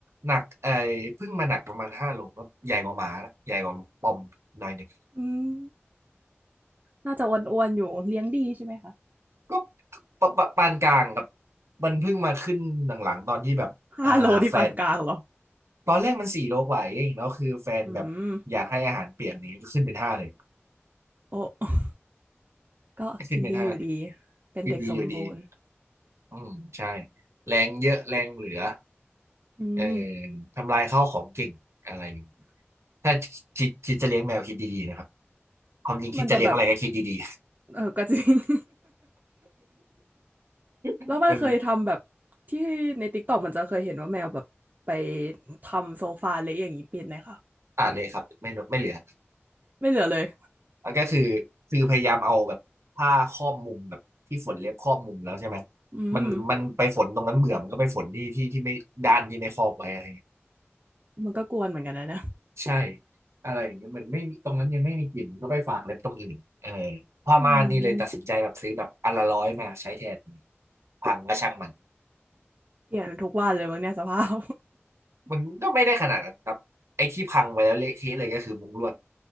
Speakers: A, on the right; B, on the right.
A: หนักไอ้เพิ่งมาหนักประมาณห้าโลก็ใหญ่กว่าหมานะใหญ่กว่าปอมหน่อยหนึ่ง
B: อืมน่าจะอ้วนๆอยู่ เลี้ยงดีใช่ไหมคะ
A: ก็ปะปะปานกลางครับมันเพิ่งมาขึ้นหลังๆตอนที่แบบอ่าแฟน
B: ห้าโลที่ปานกลางเหรอ
A: ตอนแรกมันสี่โลกว่าเองแล้วคือแฟนแบบอยากให้อาหารเปียกนี้ก็ขึ้นเป็นห้าเลย
B: อืมโอ้ ก็กินดีอยู่ดี
A: ขึ้นเป็นห้า
B: เป็นเด็กสมบูรณ์
A: กินดีอยู่ดีอืมใช่แรงเยอะแรงเหลือ
B: อืม
A: เอ่อทำลายข้าวของเก่งอะไรถ้าคิดคิดจะเลี้ยงแมวคิดดีๆนะครับความจริงคิดจะเลี้ยงอะไรก็คิดดี
B: มันจะแบบ เออก็จริง <laughs>
A: ๆ
B: แล้วมันเคยทำแบบ
A: <laughs> มัน
B: ที่ในติกต็กมันจะเคยเห็นว่าแมวแบบไปทำโซฟาเละอย่างนี้เป็นไหมคะ
A: อ่านเลยครับไม่ลดไม่เหลือ
B: ไม่เหลือเลย
A: แล้วก็คือคือพยายามเอาแบบผ้าครอบมุมแบบที่ฝนเล็บครอบมุมแล้วใช่ไหม
B: อืม
A: มันมันไปฝนตรงนั้นเบื่อมันก็ไปฝนที่ที่ที่ไม่ด้านที่ไม่ครอบไว้อะไรอย่างเงี้ย
B: มันก็กวนเหมือนกันนะเนี่ย
A: ใช่อะไรอย่างเงี้ยเหมือนไม่มีตรงนั้นยังไม่มีกลิ่นก็ไปฝากเล็บตรงอื่นเออผ้าม่านนี่เลยตัดสินใจแบบซื้อแบบอันละร้อยมาใช้แทน
B: อืม
A: พังก็ช่างมัน
B: เปลี่ยนทุกวันเลยมั้งเนี่ยสภาพ
A: มันก็ไม่ได้ขนาดนั้นครับไอ้ที่พังไปแล้วเละเทะเลยก็คือมุ้งลวด